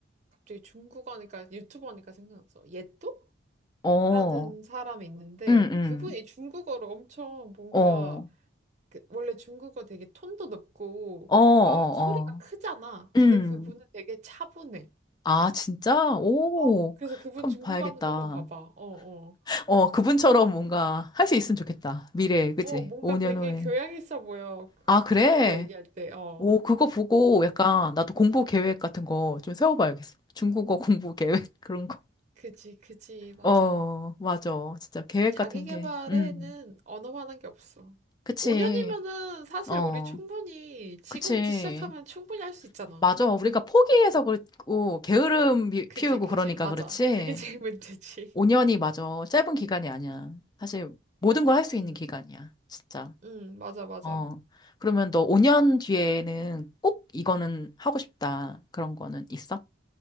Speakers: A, on the right; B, on the left.
A: 갑자기 중국 하니까, 유튜버 하니까 생각났어. 예또?
B: 어,
A: 라는 사람이 있는데,
B: 음, 음,
A: 그분이 중국어를 엄청 뭔가,
B: 어,
A: 그, 원래 중국어 되게 톤도 높고,
B: 어, 어,
A: 막 소리가
B: 어,
A: 크잖아. 근데
B: 음.
A: 그분은 되게 차분해.
B: 아, 진짜? 오,
A: 어, 그래서 그분
B: 한번
A: 중국어
B: 봐야겠다.
A: 하는 것만 봐봐. 어, 어.
B: 어, 그분처럼 뭔가 할 수 있으면 좋겠다. 미래에, 그치?
A: 어, 뭔가
B: 5년
A: 되게
B: 후에.
A: 교양 있어 보여. 그
B: 아, 그래?
A: 중국어 얘기할 때. 어.
B: 오, 그거 보고 약간 나도 공부 계획 같은 거 좀 세워봐야겠어. 중국어 공부 계획, <laughs> 그런 거.
A: 그지, 그지, 맞아.
B: 어, 맞아. 진짜 계획
A: 자기
B: 같은
A: 개발에는
B: 게. 음,
A: 언어만한 게 없어.
B: 그치.
A: 5년이면은 사실
B: 어,
A: 우리 충분히 지금부터
B: 그치.
A: 시작하면 충분히 할 수 있잖아.
B: 맞아. 우리가 포기해서 그렇고, 게으름 피-
A: 그지,
B: 피우고
A: 그지,
B: 그러니까
A: 맞아.
B: 그렇지.
A: 그게 제일 문제지.
B: 5년이 맞아. 짧은 기간이 아니야. 사실 모든
A: <laughs> 맞아.
B: 걸 할 수
A: 응,
B: 있는 기간이야. 진짜.
A: 응, 맞아, 맞아.
B: 어. 그러면 너 5년 뒤에는 꼭 이거는 하고 싶다. 그런 거는 있어?